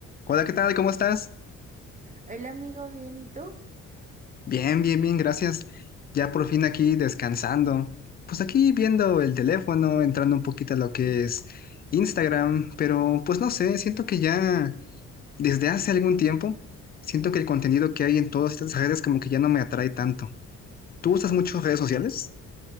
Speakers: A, on the left; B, on the right.
A: Hola, ¿qué tal? ¿Cómo estás?
B: El amigo bien, ¿y tú?
A: Bien, bien, bien, gracias. Ya por fin aquí descansando. Pues aquí viendo el teléfono, entrando un poquito a lo que es Instagram, pero pues no sé, siento que ya desde hace algún tiempo, siento que el contenido que hay en todas estas redes como que ya no me atrae tanto. ¿Tú usas mucho redes sociales?